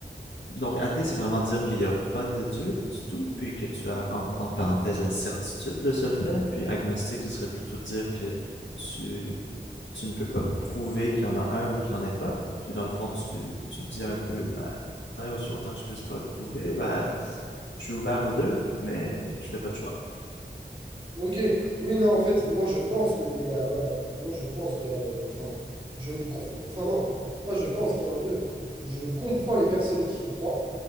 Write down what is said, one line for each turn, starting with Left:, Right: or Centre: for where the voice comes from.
Left: Donc, athée, c'est vraiment dire qu'il n'y a pas de Dieu du tout, puis que tu as en, en parenthèse la certitude de ce fait. Puis agnostique, ce serait plutôt dire que tu, tu ne peux pas prouver qu'il y en a un ou qu'il n'y en ait pas. Puis dans le fond, tu, tu dis un peu, ben, tant et aussi longtemps que je ne puisse pas le prouver, ben, je suis ouvert aux deux, mais je fais pas de choix.
Right: Ok, oui, non, en fait, moi je pense qu'il y a, voilà, moi je pense qu'il y a, euh, enfin, je crois, enfin non, pas je pense qu'il y a un Dieu. Je comprends les personnes qui y croient,